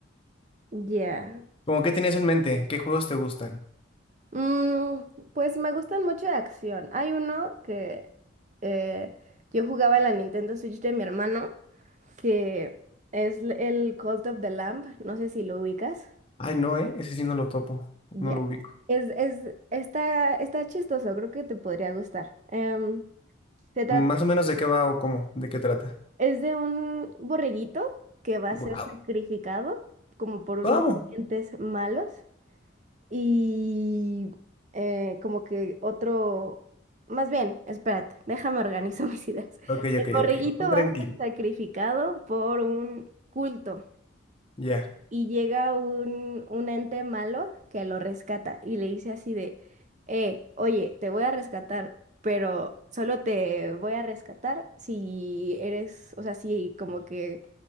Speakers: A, on the right; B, on the left.
A: ya.
B: ¿Cómo qué tenías en mente? ¿Qué juegos te gustan?
A: Mm, pues me gustan mucho de acción. Hay uno que eh, yo jugaba en la Nintendo Switch de mi hermano, que es l- el Cult of the Lamb. No sé si lo ubicas.
B: Ay, no, ¿eh? Ese sí no lo topo,
A: Ya.
B: no lo ubico.
A: Es, es, está, está chistoso, creo que te podría gustar. Em, se trata,
B: Más o menos de qué va o cómo, de qué trata.
A: es de un borreguito que va a
B: Wow.
A: ser sacrificado como por unos
B: ¿Cómo?
A: entes malos. Y eh, como que otro, más bien, espérate, déjame organizo <laughs> mis ideas.
B: Ok,
A: El
B: ok,
A: borreguito
B: ok. Tú Tranquilo.
A: va a ser sacrificado por un culto
B: Ya.
A: y llega un, un ente malo que lo rescata y le dice así de, eh, oye, te voy a rescatar, pero solo te voy a rescatar si eres, o sea, si como que